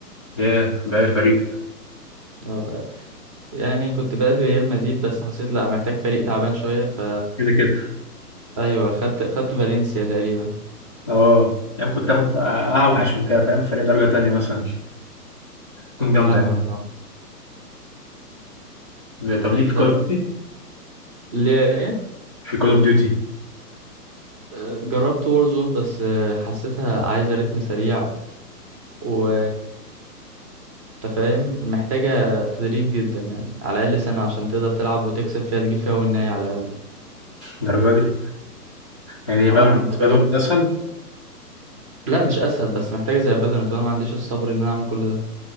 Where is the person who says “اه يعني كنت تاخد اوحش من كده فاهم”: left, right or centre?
Left